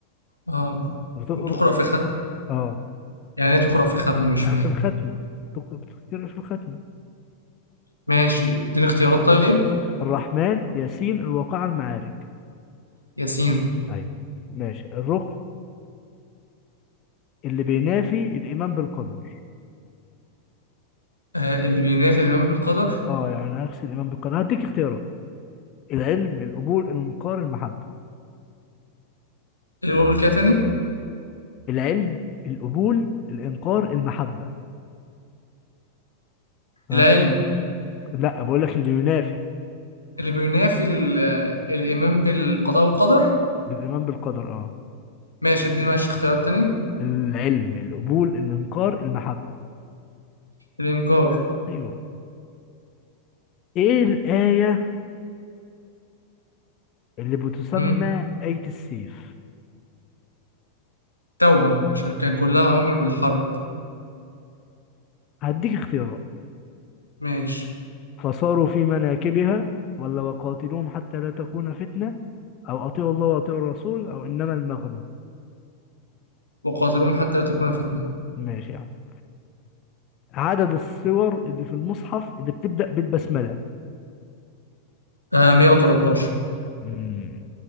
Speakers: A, on the left; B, on the left.
A: اه
B: وتقرأ
A: وتقرأ في ختم
B: اه
A: يعني ايه تقرأ في ختم مش فاهم
B: يعني في الختمة تق- بتقرأ في الختمة
A: ماشي اديني اختيارات طيب
B: الرحمن ياسين الواقعة المعارج
A: ياسين
B: ايوه ماشي الركن اللي بينافي الإيمان بالقدر
A: آه اللي بينافي الإيمان بالقدر
B: اه يعني عكس الإيمان بالقدر هديك اختيارات العلم القبول الإنكار المحبة
A: اللي بقول كده تاني
B: العلم القبول الإنكار المحبة ها
A: العلم
B: لا بقول لك اللي ينافي
A: اللي بينافي ال- آه، الإيمان بالقضاء والقدر
B: بالإيمان بالقدر اه
A: ماشي اديني ماشي اختيارات تاني
B: العلم القبول الإنكار المحبة
A: الإنكار
B: أيوه إيه الآية اللي بتسمى
A: مم.
B: آية السيف
A: توبة عشان كان كلها أوامر بالحرب
B: هديك اختيارات
A: ماشي
B: فصاروا في مناكبها ولا وقاتلوهم حتى لا تكون فتنة أو أطيعوا الله وأطيعوا الرسول أو إنما المغنم
A: وقاتلهم حتى لا تكون فتنة
B: ماشي يا عم عدد السور اللي في المصحف اللي بتبدأ بالبسملة
A: آه 113
B: امم